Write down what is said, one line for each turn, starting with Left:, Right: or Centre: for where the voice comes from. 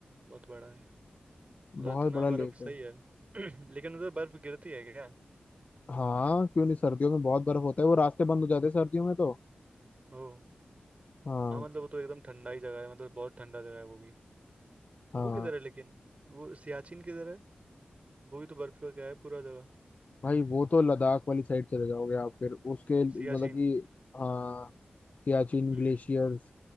Right: बहुत बड़ा है मतलब
Left: बहुत
Right: इतना
Left: बड़ा
Right: बर्फ
Left: लेक
Right: सही
Left: है
Right: है <clears throat> लेकिन उधर बर्फ गिरती है क्या
Left: हाँ क्यों नहीं सर्दियों में बहुत बर्फ होता है वो रास्ते बंद हो जाते हैं सर्दियों में तो
Right: ओ
Left: हाँ
Right: हाँ मतलब वो तो एकदम ठंडा ही जगह है मतलब बहुत ठंडा जगह है वो भी
Left: हाँ
Right: वो किधर है लेकिन वो सियाचिन किधर है वो भी तो बर्फ का क्या है पूरा जगह
Left: भाई वो तो लद्दाख वाली साइड चले जाओगे आप फिर उसके मतलब
Right: सियाचिन
Left: कि हाँ सियाचिन
Right: हम्म
Left: ग्लेशियर्स